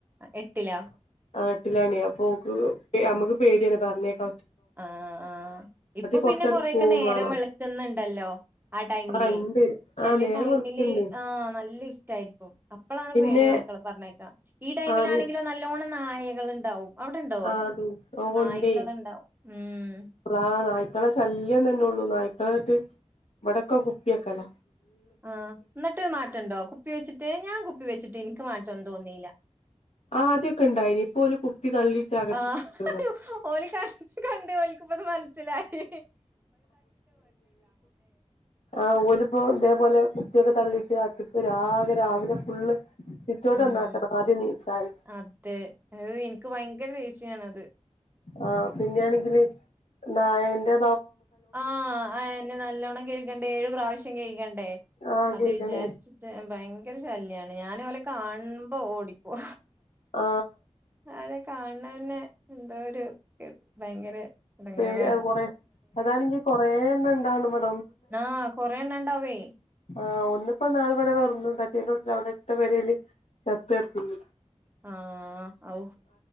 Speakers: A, on the right; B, on the left.
A: എട്ടിലാ
B: എട്ടിലെനി അപ്പൊ നമ്മക്ക് പേടിയാണ് പറഞ്ഞേക്ക
A: ആ ആ ഇപ്പൊ
B: കൊറച്ചട്
A: പിന്നെ കൊറെക്കെ
B: പോവും
A: നേരം
B: വേണം
A: വെളുക്കുന്നുണ്ടല്ലോ ആ ടൈമില്
B: ആഹ് ഇണ്ട്
A: ചെല
B: ആഹ് നേരം
A: ടൈമില്
B: വെളുക്ക്ണ്ട്
A: ആ നല്ല ഇരി രിട്ടായിരിക്കും അപ്പളാണ്
B: പിന്നെ
A: പേടി മക്കള പറഞ്ഞയാക്കാൻ ഈ ടൈമിലാണെങ്കിൽ
B: ആഹ്
A: നല്ലോണം നായകൾ ഉണ്ടാവും അവിടെണ്ടോ
B: ആഹ് അത് ഓഹ്
A: നായ്ക്കളുണ്ടാവും
B: ഉണ്ടേ
A: ഉം
B: അള്ളാ നായിക്ക ക്കളെ ശല്യം തന്നെ ഉള്ളൂ നയിക്കളിങ്ങട്ട് ഇവിടെ ക്കെ കുപ്പി വെക്കല
A: ആഹ എന്നിട്ട് മാറ്റണ്ടോ കുപ്പി വെച്ചിട്ട് ഞാൻ കുപ്പി വെച്ചിട്ട് എനിക്ക് മാറ്റന്ന് തോന്നില്ല
B: ആദ്യൊക്കെ ഇണ്ടായിനി ഇപ്പോ ഓല് കുപ്പി തള്ളിയിട്ട് അകത്ത്
A: ആഹ
B: കൊണ്ടോവാ
A: ഓലിക്ക കണ്ട് ഓലിക്കിപ്പതു മന സിലായി
B: ആ ഓരുപ്പ ഇതേപോലെ കുപ്പിയൊക്കെ തള്ളിയിട്ട് അത്ക്ക് രാവിലെ രാവിലെ ഫുള്ള് സിറ്റൗട്ട്
A: ഉം
B: നന്നാക്കണം ആദ്യം നീച്ചാല്
A: അതെ എനിക്ക് ഭയങ്കര ദേഷ്യയാണത്
B: ആ പിന്നെയാണെങ്കില് നായെന്റെ
A: ആ ആ എന്നെ നല്ലോണ്ണം കഴിക്കണ്ടേ ഏഴ് പ്രാവശ്യം കഴിക്കണ്ടേ
B: ആഹ്
A: അത്
B: കേക്കണേ
A: വിചാരിച്ചിട്ട് ഭയക്ക ഭയങ്കര ശല്യാണ് ഞാൻ ഓലെ കാണ്പോ ഓടി ഓ
B: ആ
A: ആരെ കാണണ തന്നെ എന്തോ ഒരു ഭയങ്കര ഇടങ്ങാറാണ്
B: പേടി കൊറെ അതാണെങ്കി കുറേ ണ്ണം ഉണ്ടവു
A: ആകൊറെ എണ്ണം ഉണ്ടാവേ
B: ആ ഒന്നിപ്പോ നാളിടെ വെറുക്കും തട്ടീൻ അവിടെ അടുത്ത പെരയില് ചത്ത് കിടക്കുന്നു
A: ആ ഔ